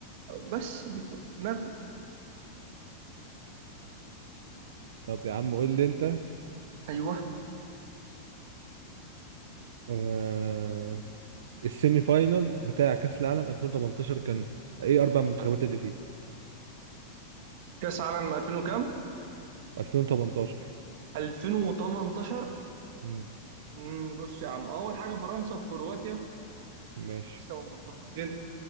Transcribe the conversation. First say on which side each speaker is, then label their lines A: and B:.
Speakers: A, on the right; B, on the right.
A: بس دي كل المغرب
B: طب يا عم قول لي انت
A: ايوه
B: آه... السيمي فاينال بتاع كأس العالم 2018 كان ايه اربع منتخبات اللي فيه
A: كأس عالم 2000 وكام
B: 2018
A: 2018
B: امم
A: مم، بص يا عم اول حاجة فرنسا وكرواتيا
B: ماشي
A: بس هم متفقين